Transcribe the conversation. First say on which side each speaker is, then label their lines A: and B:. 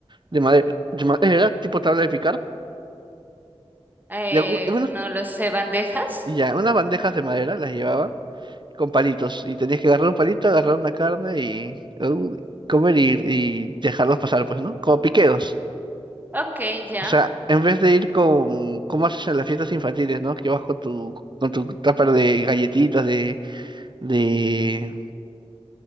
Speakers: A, on the right; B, on the right.
A: De madera, de madera, tipo tabla de picar.
B: Eh,
A: Y algu- algunas-
B: no lo sé, bandejas.
A: y ya, unas bandejas de madera las llevaban con palitos. Y tenías que agarrar un palito, agarrar una carne y uh, comer y, y dejarlos pasar, pues, ¿no? Como piqueos.
B: Ok, ya.
A: O sea, en vez de ir con, como haces en las fiestas infantiles, ¿no? Que vas con tu, con tu tupper de galletitas, de, de,